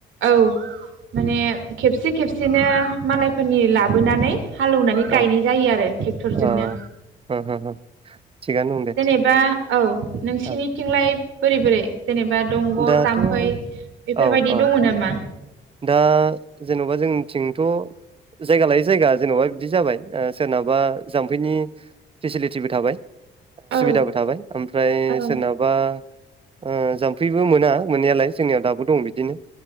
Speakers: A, on the right; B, on the right.
A: औ माने
B: उम
A: खेब खेबसे खेबसेनो मालायफोरनि लाबोनानै हालेवनानै
B: औ
A: गायनाय जायो आरो ट्रेक्टरजोंनो
B: औ हो हो हो थिगानो दं दे
A: जेनेबा औ नोंसिनिथिंलाय
B: औ
A: बोरै बोरै जेनेबा दंग'
B: दाथ'
A: जाम्फै बेफोरबायदि
B: औ औ
A: दङ नामा
B: दा जेन'बा जोंनिथिं थ' जायगा लायै जायगा जेन'बा बिदि जाबाय सोरनावबा जाम्फैनि फेसिलिटिबो थाबाय
A: औ
B: सुबिदाबो थाबाय ओमफ्राय
A: औ
B: सोरनाबा ओ जाम्फैबो मोना मोननायालाय जोंनियाव दाबो दं बिदिनो